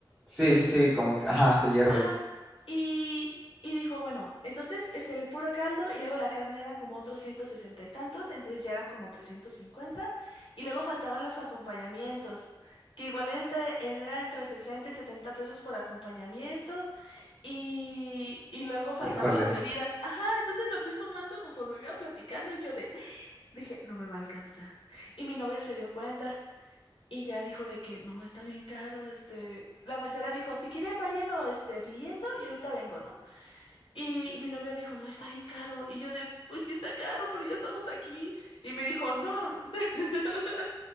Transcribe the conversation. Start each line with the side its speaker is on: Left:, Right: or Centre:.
Centre: Sí, sí, sí, como que, ajá, se hierve.
Left: Ajá. Y, y dijo, bueno, entonces es el puro caldo y luego la carne eran como otros 160 y tantos, entonces ya eran como 350 y luego faltaban los acompañamientos, que igual era entre, era entre 60 y 70 pesos por acompañamiento y, y luego faltaban
Centre: Híjoles.
Left: las bebidas. Ajá, entonces lo fui sumando conforme iba platicando y yo de, dije, no me va a alcanzar. Y mi novio se dio cuenta. Y ya dijo de que no, está bien caro, este, la mesera dijo, si quieren váyanlo, este, pidiendo y ahorita vengo, ¿no? Y, y mi novio dijo, no, está bien caro. Y yo de, pues sí está caro, pero ya estamos aquí. Y me dijo, no. <laughs>